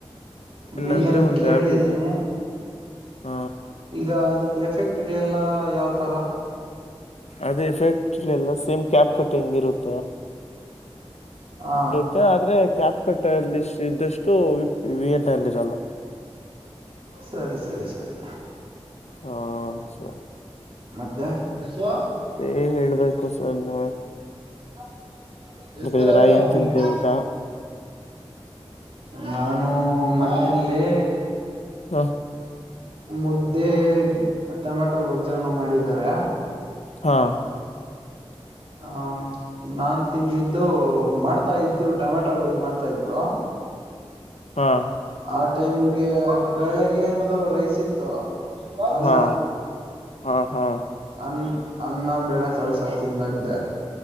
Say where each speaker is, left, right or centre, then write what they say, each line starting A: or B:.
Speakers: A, on the right; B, on the left.
A: ವಿ
B: ಅಂದ್ರೆ
A: ಎನ್
B: ಒಂದ್
A: ಕೇಳಿದೀನಿ.
B: ಆ್ಯಪ್ ಇದೆ ಹ
A: ಈಗ ಅದಕ್ಕ್ ಎಫೆಕ್ಟ್ಗಳೆಲ್ಲ ಯಾವ್ತರ?
B: ಅದೇ ಎಫೆಕ್ಟ್ಗಳೆಲ್ಲ ಸೇಮ್ ಕ್ಯಾಪ್ ಕಟ್ಟಿಂಗಿರುತ್ತ್
A: ಹ
B: ಮತ್ತೆ ಆದ್ರೆ ಕ್ಯಾಪ್ಕಟ್ಟಲ್ಲಿ ಇದ್ದಷ್ಟು ವಿ ಎನ್ನಲ್ಲಿ ಇರಲ್ಲ.
A: ಸರಿ ಸರಿ ಸರಿ
B: ಹ ಸರಿ.
A: ಮತ್ತೆ ಐಸು.
B: ಮತ್ತೆ ಹೇಳ್ಬೇಕು ಸರ್ ನೀವೆ
A: <unintelligible>
B: ಇದೀರಾ ಏನ್ ತಿಂತೆ ಊಟ
A: ನಾನು ಮನೆಲ್ಲಿ.
B: ಹಾ
A: ಮುದ್ದೆ ಟೊಮೆಟೊ ಗೊಜ್ಜೇನೋ ಮಾಡಿದಾರೆ.
B: ಹಾ
A: ಹಾ ನಾನ್ ತಿಂದಿದ್ದು ಮಾಡ್ತಾ ಇದ್ರು ಟೊಮೆಟೊ ಗೋಜ್ಜ್ ಮಾಡ್ತಾ ಇದ್ರು.
B: ಹಾ
A: ಆ ಟೈಮ್ಗೆ ಬೆಳಗ್ಗೆದು ರೈಸ್ ಇತ್ತು ಅನ್ನ.
B: ಹಾ ಹಾ ಹಾ
A: ಅನ್ನ ಅನ್ನ ಬೆಳೆ ಕಾಳ್ ಸಾರ್ ತಿಂದಗ